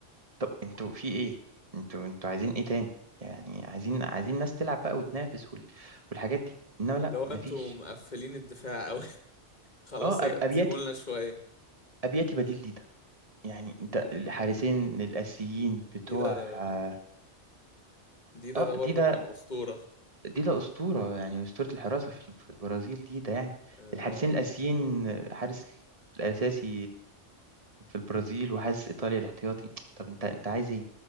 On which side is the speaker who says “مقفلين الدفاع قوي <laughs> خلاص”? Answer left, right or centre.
Left